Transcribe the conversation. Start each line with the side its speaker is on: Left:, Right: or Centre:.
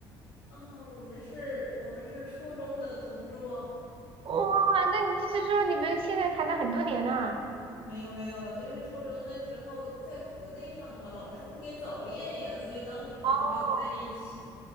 Left: 啊、我们是，我们是初中的同桌。
Right: 哇，那你就是说你们现在谈了很多年呐？
Left: 没有没有，就是初中那时候在国内上的嘛，老师不给早恋呀，所以当时肯定没有在一起。
Right: 哦。